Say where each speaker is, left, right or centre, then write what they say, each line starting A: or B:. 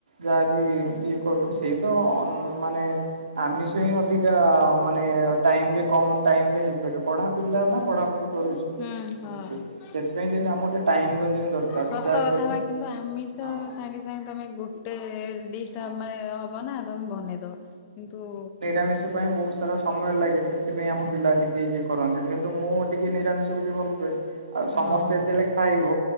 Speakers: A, on the right; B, on the left.
A: ଯାହା ବିି ଇଏ କରୁ ସେଇ ତ ଅନ ମାନେ ଆମିଷ ହିଁ ଅଧିକା ମାନେ ଟାଇମରେ କମ ଟାଇମରେ ହେଇପାରିବ। ପଢା ପିଲା ନା ପଢାପଢି କରୁଛୁ
B: ହୁଁ
A: ଯେହେତୁ
B: ହଁ।
A: ସେଥିପାଇଁ ଯେମିତି ଆମର ଗୋଟେ ଟାଇମ ଯେମିତି ଦରକାର
B: ସତ
A: ଯାହା
B: କଥା
A: ବି ହେଲେ।
B: ବା କିନ୍ତୁ ଆମିଷ
A: ହଁ
B: ସାଙ୍ଗେ ସାଙ୍ଗେ ତମେ ଗୋଟେ ଡିସ୍ଟା
A: ହଁ
B: ଆମେ ହ ବ ନା ତମେ ବନେଇ ଦବ, କିନ୍ତୁ
A: ଆମିଷ ପାଇଁ ବହୁତ ସାରା ସମୟ ଲାଗେ ସେଥିପାଇଁ ଆମ ପିଲା ଟିକେ ଇଏ କରନ୍ତିନି, କିନ୍ତୁ ମୁଁ ଟିକେ ନିରାମିଷ କୁ ଟିକେ ଭଲ ପାଏ। ଆଉ
B: ହଁ
A: ସମସ୍ତେ ଯେତେବେଳେ ଖାଇବ